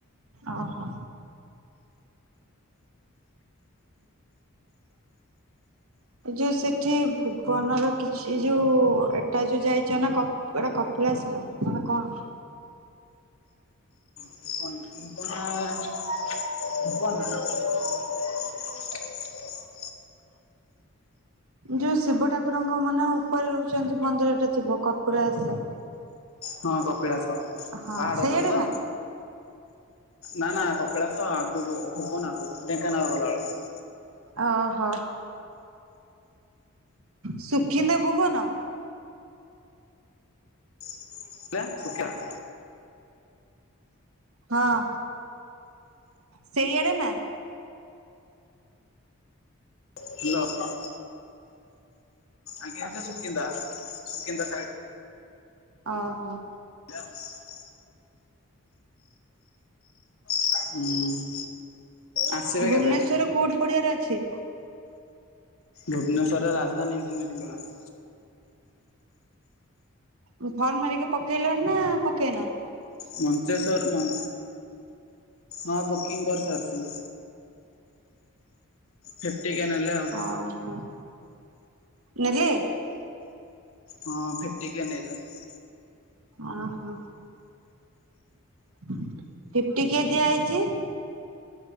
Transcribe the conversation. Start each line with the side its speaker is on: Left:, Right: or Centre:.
Right: ଅଃ। ଯୋଉ ସେଠି ଭୁବନର କିଛି ଯୋଉ ଏଟା ଯୋଉ ଯାଇଚ ନା କ ଏଟା କପଳାସ <unintelligible> କଣ?
Left: <unintelligible>
Right: ଯୋଉ ଶିବ ଠାକୁରଙ୍କ ମାନେ ଉପରେ ରୋହୁଚନ୍ତି ମନ୍ଦିରଟେ ଥିବ କପିଳାସ।
Left: ହଁ କପିଳାସ
Right: ହଁ
Left: ପାହାଡ଼
Right: ସେଇଆଡେ
Left: ଉପରେ ତ?
Right: ନା
Left: ନା ନା କପିଳାସ ଆଗୁକୁ ଭୁବନ ଆଗୁକୁ ଢେଙ୍କାନାଳ ଗଲା <unintelligible>
Right: ଅଃ ସୁକିନ୍ଦା ଭୁବନ।
Left: <inaudible> <unintelligible>
Right: ହଁ ସେଇଆଡେ ନା?
Left: <unintelligible> ଆଜ୍ଞା <unintelligible> ସୁକିନ୍ଦା ସୁକିନ୍ଦା ସାଇଡ।
Right: ଅଃ।
Left: <unintelligible> ହୁଁ। ଆସିବେ
Right: ଭୁବନେଶ୍ୱରର
Left: କେବେ
Right: କୋଉଠି <unintelligible> ଅଛି?
Left: ଭୁବନେଶ୍ୱରରେ ରାଜଧାନୀ ଇଞ୍ଜିନୀୟରିଂ କଲେଜ।
Right: ଉଁ ଫର୍ମ ହେରିକା ପକେଇଲଣି ନା ପକେଇନ?
Left: ମଞ୍ଚେଶ୍ୱର ମନ୍ ହଁ ବୁକିଂ କରିସାରିଚି। ଫିଫ୍ଟ କେ ନେଲେ ଆଉ।
Right: ଅଃ ନେଲେ?
Left: ହଁ ଫିଫ୍ଟି କେ ନେଇଛନ୍ତି।
Right: ଓହୋ ଫିଫ୍ଟି କେ ଦିଆହେଇଚି।